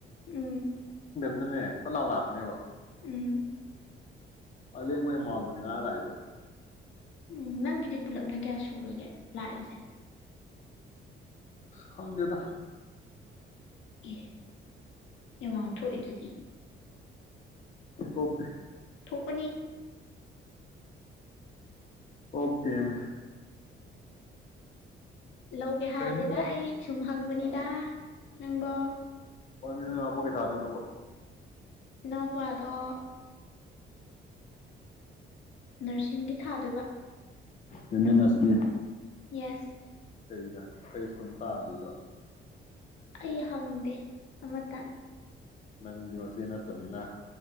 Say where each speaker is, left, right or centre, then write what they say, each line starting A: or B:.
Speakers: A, on the left; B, on the left.
A: ꯎꯝ
B: ꯅꯦ ꯈꯨꯠꯂꯥꯎ ꯂꯥꯛꯇꯅꯦꯕ
A: ꯎꯝ
B: ꯑꯜꯂꯤ ꯍꯉꯣꯏꯌꯦꯃꯎꯗꯨꯅꯤ ꯉꯂꯥꯏꯗꯣ
A: ꯎꯝ ꯅꯪꯒꯤꯗꯤ ꯄꯨꯜꯂꯞꯅ ꯀꯌꯥ ꯁꯨꯔꯒꯦ ꯂꯥꯛꯏꯁꯦ
B: ꯈꯣꯡꯗꯦꯗ
A: ꯑꯦ ꯏꯃꯥꯟ ꯊꯣꯛꯏ ꯑꯗꯨꯗꯤ
B: ꯄꯇꯦ
A: ꯊꯨꯄꯅꯤ
B: ꯍꯇꯃꯦ
A: ꯂꯧꯒꯦ ꯍꯥꯏꯔꯗꯤꯦꯗ
B: ꯀꯩꯅꯣ
A: ꯑꯩ ꯁꯨꯝ ꯍꯪꯕꯅꯤꯗ ꯅꯪꯝꯕꯣ
B: ꯑꯣꯃꯤꯅꯣ ꯅꯅꯥꯄꯣ ꯀꯦ ꯊꯥꯗ ꯅꯣꯕ
A: ꯏꯄꯥꯗꯣ ꯅꯔꯁꯤꯡꯒꯤ ꯊꯥꯗꯣꯏꯕ
B: ꯀꯅꯦ ꯅꯁꯄꯤ
A: ꯌꯦꯁ
B: ꯀꯩꯗ ꯀꯔꯤ ꯁ꯭ꯀꯨꯜ ꯇꯥꯕꯗꯣꯏꯅꯣ
A: ꯑꯩ ꯍꯪꯗꯦ ꯑꯃꯇ
B: ꯅꯪꯗꯤ ꯃꯆꯦ ꯅꯠꯇꯃꯤꯅ